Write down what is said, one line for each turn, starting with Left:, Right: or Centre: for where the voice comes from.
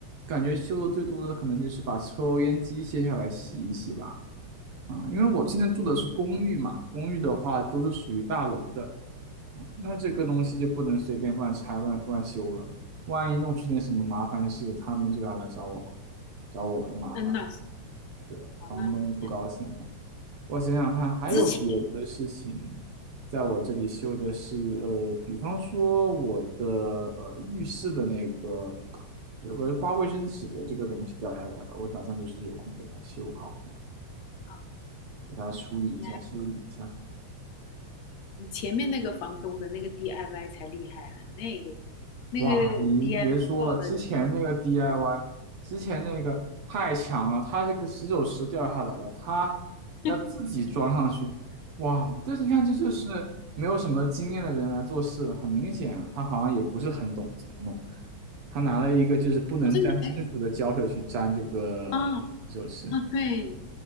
Right: 感觉修的最多的可能就是把抽烟机卸下来洗一洗吧。啊、因为我现在住的是公寓嘛，公寓的话都是属于大楼的，啊那这个东西就不能随便乱拆乱乱修了。
Left: 嗯，
Right: 万一弄出点什么麻烦事，他们就要来找我，找我的麻烦，
Left: 嗯，那是
Right: 对，
Left: 哦，
Right: 房东不高兴了。
Left: 那不一样。
Right: 我想想看，还有别的事情，
Left: 之前，
Right: 在我这里修的是，
Left: 嗯，
Right: 呃，比方说我的呃浴室的那个有个刮卫生纸的这个东西掉下来了，我打算就是有空给它修好，
Left: 啊，
Right: 给它处理一下，
Left: 那
Right: 修理一下。
Left: 你前面那个房东的那个 DIY 才厉害呢，那个那个
Right: 哇，你别说了，
Left: DIY 做的，
Right: 之前那个 DIY，之前那个太强了，它这个洗手池掉下来了，它要自己装上去，
Left: <laughs>
Right: 哇！但是你看，这就是没有什么经验的人来做事了，很明显啊，他好像也不是很懂怎么弄，他拿了一个就是不能沾金属的胶水去粘这个洗手池。
Left: 好像你还啊啊，对